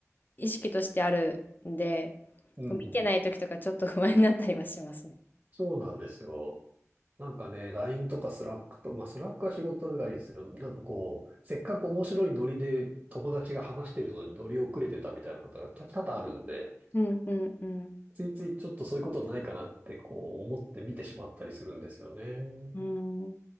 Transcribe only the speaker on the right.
うん。
そうなんですよ。なんかね、LINE とかスラックと、まあスラックは仕事だからいいですけど、なんかこう、せっかく面白いノリで友達が話してるのに乗り遅れてたみたいなことが多多々あるんで、
ついついちょっとそういうことないかなってこう思って見てしまったりするんですよね。